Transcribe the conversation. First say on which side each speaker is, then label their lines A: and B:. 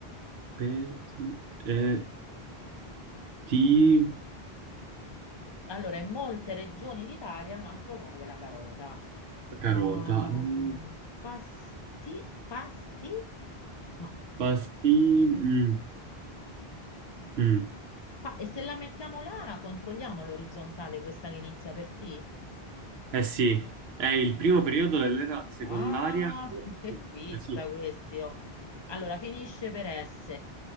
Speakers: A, on the right (about 80°); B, on the left (about 30°).
A: peti, eh, ti,
B: Allora, in molte regioni d'Italia è un altro nome della carota. Ah,
A: carota, eh,
B: mm, pasti, pasti? No.
A: pasti, mm, mm.
B: Pa- e se la mettiamo là, controlliamo l'orizzontale, questa che inizia per T?
A: Eh sì, è il primo periodo dell'era secondaria.
B: Ah, <laughs> che pizza
A: Eh sì.
B: questi, oh. Allora, finisce per S.